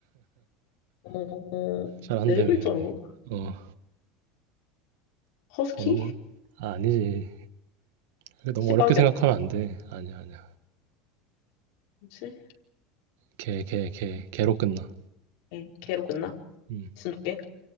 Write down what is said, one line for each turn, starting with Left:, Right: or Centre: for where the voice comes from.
Left: 어,
Right: 잘한되며
Left: 네 글자라고?
Right: 어,
Left: 허스키?
Right: 언 어너머? 아, 아니지. 이거 너무
Left: 시바견.
Right: 어렵게 생각하면 안 돼. 아니야, 아니야.
Left: 그치?
Right: 개, 개, 개, 개로 끝나.
Left: 예, 개로 끝나?
Right: 음,
Left: 진돗개?